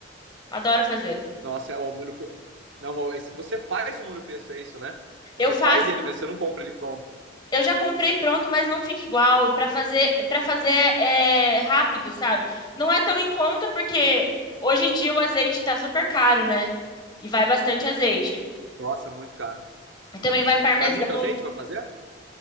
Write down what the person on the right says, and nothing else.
Nossa, é o molho pesto. Não, mas você faz o molho pesto, é isso, né? Você
faz ele mesmo, você não compra ele pronto.
Co-
Nossa, é muito caro.
Vai muito azeite pra fazer?